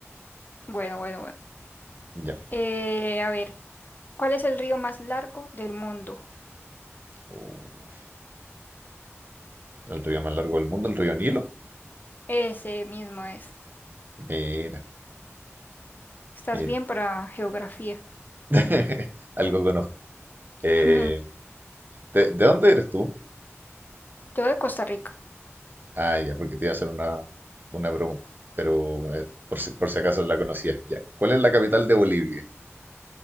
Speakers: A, on the left; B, on the right.
A: Bueno, bueno, bueno.
B: Ya.
A: Eh, a ver, ¿cuál es el río más largo del mundo?
B: Uh, el río más largo del mundo, el río Nilo.
A: Ese mismo es.
B: Mira,
A: Estás
B: mira.
A: bien para geografía.
B: <laughs> Algo conozco. Eh,
A: <laughs>
B: ¿de, de dónde eres tú?
A: Yo de Costa Rica.
B: Ah, ya, porque te iba a hacer una, una pregunta. Pero eh, por si, por si acaso la conocías, ya. ¿Cuál es la capital de Bolivia?